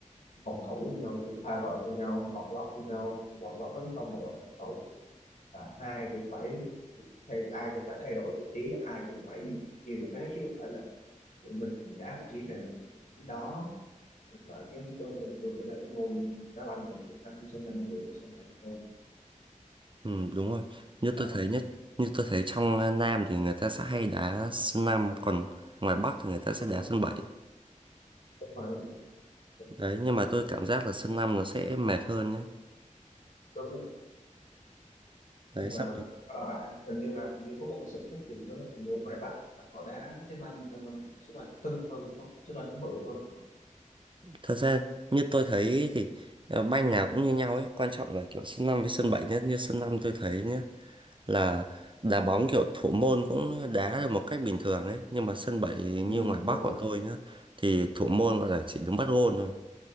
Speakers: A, on the left (about 70°); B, on the right (about 40°).
A: phòng thủ với nhau thì tha vào cho nhau bọc lót với nhau bọc lót tấn công bọc lót phòng thủ là ai cũng phải thay ai cũng phải thay đổi vị trí ai cũng phải đi nhiều thế chứ không phải là tụi mình mình đá vị trí này vị trí đó và cái tôi nghĩ tôi nghĩ là cái môn đá banh mình cũng năm đến năm người sau này là hơn
B: ừ, đúng rồi. Như
A: phải
B: tôi thấy nhất, như tôi thấy trong à, Nam thì người ta sẽ hay đá sân năm còn ngoài Bắc thì người ta sẽ
A: đúng
B: đá
A: không
B: sân bảy
A: đúng rồi đúng rồi đúng,
B: Đấy,
A: rồi, đúng.
B: nhưng mà tôi cảm giác là sân 5 nó sẽ mệt hơn nhá
A: đúng rồi.
B: Đấy,
A: nhưng mà
B: xong rồi.
A: ờ, hình như là hình như có một cái sự khác biệt nữa là người ngoài Bắc là họ đá cái trái banh ờ, trái banh tưng hơn đúng không? trái banh nó bự hơn đúng không?
B: Thật ra như tôi thấy thì à, banh nào cũng như nhau ấy, quan trọng là kiểu sân 5 với sân 7 nhé. Như sân 5 tôi thấy nhá là đá bóng kiểu thủ môn cũng đá được một cách bình thường ấy, nhưng mà sân 7
A: ừ,
B: như ngoài Bắc
A: đúng rồi
B: bọn tôi nhá thì thủ môn gọi là chỉ đứng bắt gôn thôi.